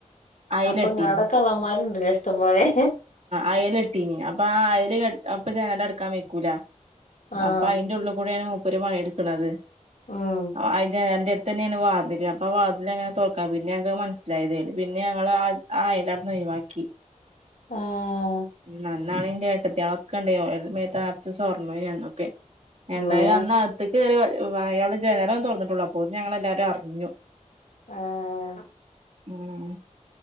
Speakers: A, on the right; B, on the left.
A: അയലെട്ടീനി
B: അപ്പൊ ഇങ്ങാട കള്ളന്മാരുണ്ടലെ ഇഷ്ടംപോലെ
A: അയലട്ടീനി അപ്പൊ ആ അയല് ക അപ്പൊ ഞനല് അടക്കാൻ വെക്കൂല
B: ആഹ്
A: അപ്പൊ അയിന്റെ ഉള്ളിൽ കൂടെയാണ് മുപ്പര് പണി എടുക്കണുന്നത്
B: ഉം
A: അഹ് ജനാലൻ്റെ എഡ്ത് തന്നെയാണ് വാതില് അപ്പംആ <unintelligible> വാതില് അപ്പൊ അങ്ങനെ തൊറക്ക പിന്നെ ഞങ്ങൾക്ക് മനസ്സിലായതേല് പിന്നെ ഞങ്ങൾ ആ അയല് വാക്കി
B: ആഹ്
A: നന്നാണ് ഇന്റെ ഏട്ടത്തി ആളൊക്കെണ്ടേ എല്ലാടെ മേത്ത് സ്വർണനന്നൊക്കെ എന്തായാലും
B: മ്മേ
A: അന്ന് അടുത്തേക്ക് കയറി അയാള് ജനല് തുറന്നിട്ടുള്ളൂ അപ്പോത്തിനും ഞങ്ങൾ എല്ലാരും അറിഞ്ഞു
B: ആഹ്
A: ഉം